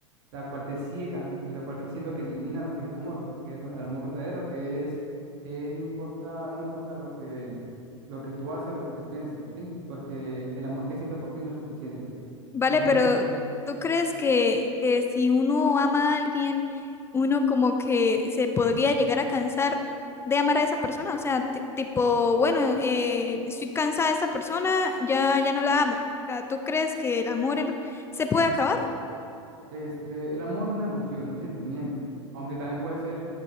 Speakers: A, on the right; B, on the left.
A: la cual te ciega y lo cual que siento que elimina lo que es el amor, lo que es el, el amor verdadero, que es, es no importa, no me importa lo que, lo que tú haces, lo que tú piensas, ¿sí? Porque el amor que siento por ti no es suficiente.
B: Vale,
A: Y siento
B: pero
A: que son
B: ¿tú crees que, que si uno ama a alguien, uno como que se podría llegar a cansar de amar a esa persona? O sea, ti- tipo, bueno, eh, estoy cansada de esta persona, ya, ya no la amo. O sea, ¿tú crees que el amor en- se puede acabar?
A: Este, el amor es una emoción, un sentimiento, aunque también puede ser